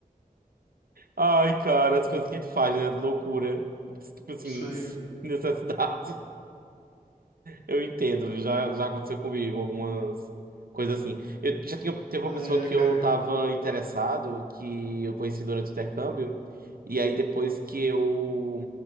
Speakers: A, on the right (about 70°); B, on the left (about 70°).
A: Ai, cara, as coisas que a gente faz, né? Loucura. Tipo assim,
B: Sim,
A: <laughs> necessidade. Eu entendo, viu? já, já aconteceu comigo algumas coisas assim. Eu já tinha, teve
B: ai,
A: uma pessoa
B: ai,
A: que
B: cara.
A: eu tava interessado, que eu conheci durante o intercâmbio, e aí depois que eu.